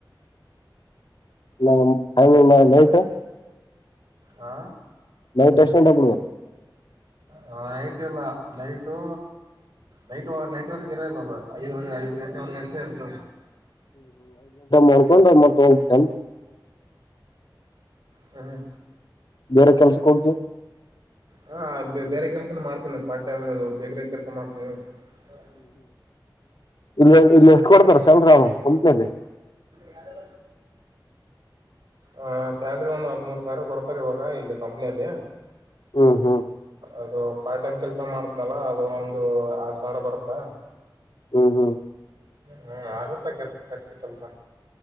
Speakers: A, on the left; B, on the right.
A: ನ ಹ ನ ಸ
B: ಹಾ
A: ನೈ ಟಷ್ಟಂಟ ಕೊ
B: ಹ ನೈಟ್ ಇಲ್ಲ ನೈಟು ನೈಟ್ ನೈಟ್ ವರೆಗೆ ಇರಲ್ಲ ಅ ಐದವರೆ ಐದು ಗಂಟೆವರೆಗ ಅಷ್ಟೇ ಇರ್ತದೆ
A: ಮಾಡ್ಕೊಂಡ್ರ ಮತ್ತ ಹ್
B: ಹ್ಮ್
A: ಬೇರೆ ಕೆಲ್ಸಕ್ಕೆ ಹೋಗ್ದ
B: ಹಾ ಬೇರೆ ಕೆಲಸನ ಮಾಡ್ತೀನಿ ಪಾರ್ಟ್ ಟೈಮ್ ಅದು ಬೇಕ್ರ ಕೆಲಸ ಮಾಡ್ತೀನಿ ಹ
A: ಇಲ್ಲ ಇಲ್ಲಿ ಎಷ್ಟು ಕೊಡ್ತಾರ ಸಾಮರಾಮ್ ಕಂಪನಿಯಲ್ಲಿ
B: ಯಾರ ಆ ಸ್ಯಾಲ್ರಿ ಒಂದು್ ಹದ್್ಮೂರು ಸಾವಿರ ಕೊಡ್ತಾರೆ ಇವಾಗ ಇಲ್ಲಿ ಕಂಪ್ನಿಯಲ್ಲಿ
A: ಹ್ಮ್ ಹ್ಮ್
B: ಅದು ಪಾರ್ಟ್ ಟೈಮ್ ಕೆಲ್ಸ ಮಾಡತ್್ನಲ ಅದು ಒಂದು ಆರ್ ಸಾವಿರ ಬರುತ್ತಾ
A: ಹ್ಮ್ ಹ್ಮ್
B: ಹ್ಮ ಆಗತ್ತ ಕೆರ್ ಕರ್ಸಿತ್ಲ್ಪ